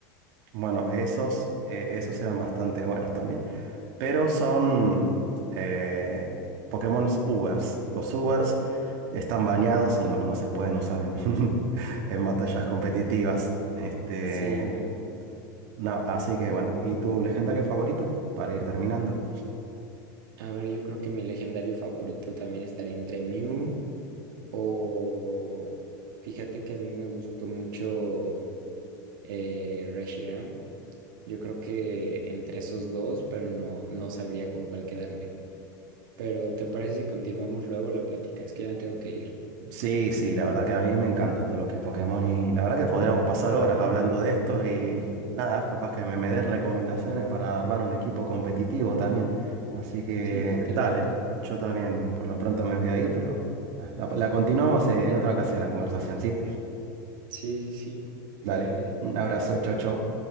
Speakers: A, on the right; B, on the right.
A: Bueno, esos eh, esos eran bastante buenos también. pero son eh, Pokémon Ubers. Los Ubers están bañados y no, no se pueden usar en, <laughs> en batallas competitivas. Este,
B: Sí, no.
A: no, así que bueno, ¿y tu legendario favorito? Para ir terminando.
B: A ver, yo creo que mi legendario favorito también estaría entre Mew o... Fíjate que a mí me gustó mucho eh, Reshiram. Yo creo que entre esos dos, pero no, no sabría con cuál quedarme. Pero ¿te parece si continuamos luego la plática? Es que ya me tengo que ir.
A: Sí, sí, la verdad que a mí me encanta todo lo que es Pokémon y la verdad que podríamos pasar horas hablando de esto y nada, capaz que me, me des recomendaciones para armar un equipo competitivo también. Así que
B: Sí, totalmente.
A: dale, yo también por lo pronto me voy a ir, pero ah, la, la continuamos eh, en otra ocasión la conversación, ¿sí?
B: Sí, sí, sí. Bye.
A: Dale, un abrazo, chau, chau.